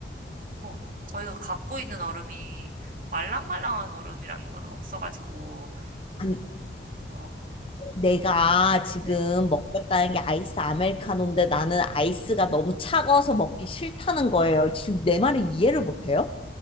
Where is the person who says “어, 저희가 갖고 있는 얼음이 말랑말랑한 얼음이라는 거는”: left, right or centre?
Right